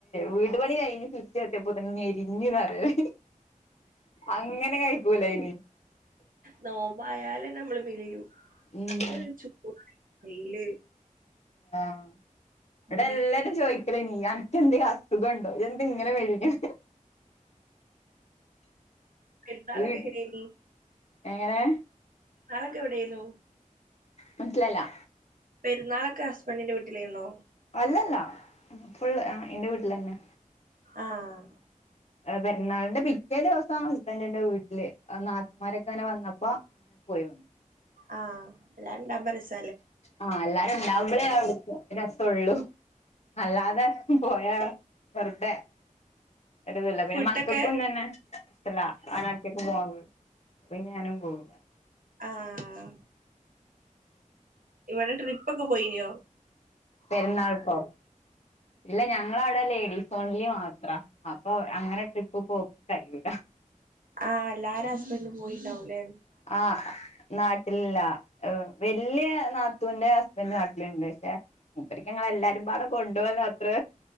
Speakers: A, on the left; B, on the right.
A: വീട് പണി കഴിഞ്ഞ് ചെത്തിയപ്പൊതേന് മെലിഞ്ഞു പറയ് അങ്ങനെ കഴിക്കൂലായിനി
B: നോമ്പായാലന്നെ നമ്മള് മെലിയു
A: ഉം
B: അന്ന് ചൂട് വെയില്
A: ആഹ് ഇവിടെ
B: പിന്നെ
A: എല്ലാരും ചോയ് ലേനി അനക്കെന്തേലു അസുഖൂണ്ടോ എന്ത ഇങ്ങനെ മെലിഞ്ഞെ
B: പെരുന്നാളൊക്കെ
A: വീ
B: എങ്ങനേനി
A: എങ്ങനെ
B: പെരുന്നാളൊക്കെ എവിടെയാന്നു
A: മനസ്സിലായില്ല
B: പെരുന്നാളൊക്കെ ഹസ്ബൻഡിന്റെ വീട്ടിലേന്നോ
A: അല്ലല്ല ഫുള്ള് ആഹ് എന്റെ വീട്ടിലന്നെ
B: ആഹ്
A: പെരുന്നാളിന്റെ പിറ്റേ ദിവസം ഹസ്ബൻഡിന്റെ വീട്ടില് അന്ന് നാത്തുമാരെക്കെ ഇങ്ങനെ വന്നപ്പോ പോയ് വന്നു
B: ആഹ് എല്ലാരുണ്ടാവുമ്പോ രസ
A: ആഹ് എല്ലാരും ഇണ്ടാവുമ്പളേ അവിര്ക്ക് രസൊള്ളു അല്ലാതെ പോയ വെറ്തെ ഒരിത്ല്ല പിന്നെ
B: ഫുഡൊക്കെ
A: മക്കക്കു തന്നെ ഇഷ്ടല്ല അങ്ങനൊറ്റക്ക് പോവന്നത് പിന്നെ ഞാനും പോവൂല്ല
B: ആഹ് ഇവിടെ ട്രിപ്പൊക്കെ പോയിനോ
A: പെരുന്നാൾക്കൊ ഇല്ല ഞങ്ങളവിടെ ലേഡീസ് ഓൺലി മാത്ര അപ്പൊ അങ്ങനെ ട്രിപ്പ് പോക്ക് കയ്യൂല
B: ആഹ് എല്ലാര ഹസ്ബന്റും പോയിണ്ടാവുലെ
A: ആഹ് നാട്ടിലില്ല വല്യ യ നാത്തുന്റെ ഹസ്ബൻഡ് നാട്ടിലുണ്ട് പക്ഷെ മൂപ്പർക്ക് ഞങ്ങളെ എല്ലാരും പാടെ കൊണ്ടു പോകാ അത്ര